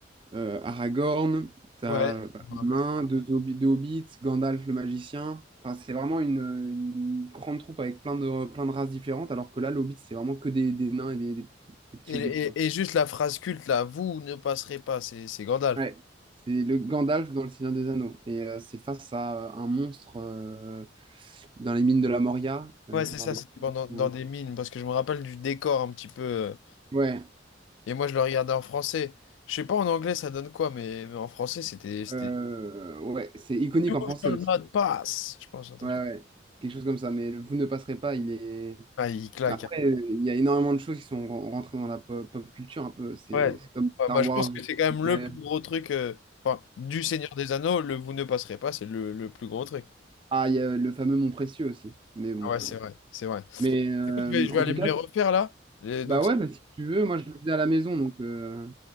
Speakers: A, on the right; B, on the left.
A: euh, Aragorn, t'as
B: Ouais,
A: bah,
B: je me rappelle.
A: un nain, deux, hobi- deux hobbits, Gandalf le magicien. Enfin, c'est vraiment une, une grande troupe avec plein de, plein de races différentes, alors que là, le c'est vraiment que des, des nains et des, des- des petits
B: Et, et-
A: hobbits, quoi.
B: et juste la phrase culte, là, vous ne passerez pas, c'est c'est Gandalf.
A: Ouais. C'est le Gandalf dans Le Seigneur des Anneaux. Et euh, c'est face à euh, un monstre euh, dans les mines de la Moria. Euh,
B: Ouais,
A: je
B: c'est
A: me
B: ça,
A: rappelle
B: c'était pendant
A: plus
B: dans
A: comment-
B: des mines, parce que je me rappelle du décor un petit peu. euh,
A: Ouais.
B: et moi, je le regardais en français. Je sais pas en anglais, ça donne quoi, mais, mais en français, c'était. C'était.
A: Euh, ouais, c'est iconique
B: You
A: en français
B: shall
A: aussi.
B: not pass, je pense, un truc
A: Ouais,
B: comme
A: ouais, quelque chose comme ça. Mais le Vous ne passerez pas, il est.
B: ça. Ah, il claque.
A: Bah, Après,
B: hein.
A: euh, il y a énormément de choses qui sont ren- rentrées dans la pop, pop culture un peu. C'est
B: Ouais.
A: c'est comme
B: Ouais,
A: Star
B: bah, je
A: Wars,
B: pense que
A: juste.
B: c'est quand même
A: Ouais.
B: le plus gros truc. euh, Enfin, du Seigneur des Anneaux, le vous ne passerez pas, c'est le, le plus gros truc.
A: Ah, il y a le fameux Mon Précieux aussi. Mais bon.
B: Ah ouais, c'est vrai, c'est vrai.
A: Mais euh,
B: Je vais, je
A: en
B: vais aller
A: tout
B: me
A: cas,
B: les refaire là. Et
A: bah
B: donc,
A: ouais,
B: c'est-
A: bah, si tu veux, moi je le faisais à la maison, donc euh,